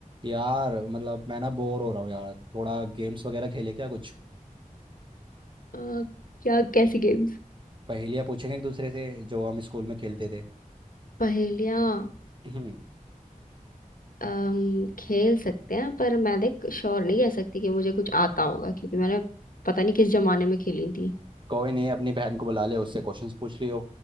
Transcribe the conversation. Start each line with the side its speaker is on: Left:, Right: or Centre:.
Right: यार मतलब मैं ना बोर हो रहा हूँ यार थोड़ा गेम्स वगैरह खेले क्या कुछ
Left: अ, क्या कैसी गेम्स
Right: पहेलियाँ पूछेंगे एक दूसरे से जो हम स्कूल में खेलते थे
Left: पहेलियाँ
Right: हम्म, <clears throat>
Left: अम, खेल सकते हैं पर मैं देख श्योर नहीं कह सकती कि मुझे कुछ आता होगा क्योंकि मैंने पता नहीं किस जमाने में खेली थी
Right: कोई नहीं अपनी बहन को बुला ले उससे क्वेश्चंस पूछ लियो